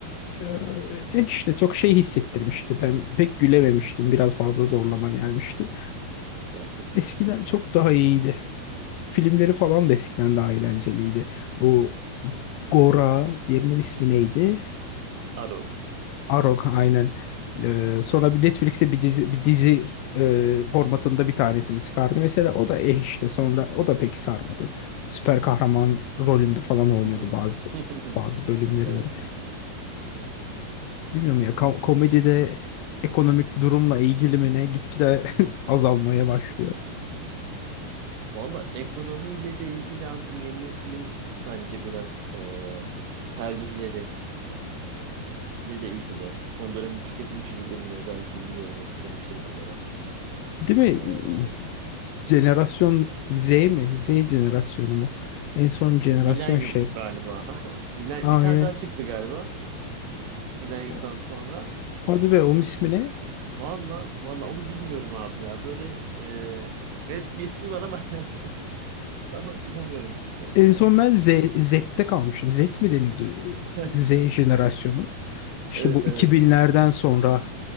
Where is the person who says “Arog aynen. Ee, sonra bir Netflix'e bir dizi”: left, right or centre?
Left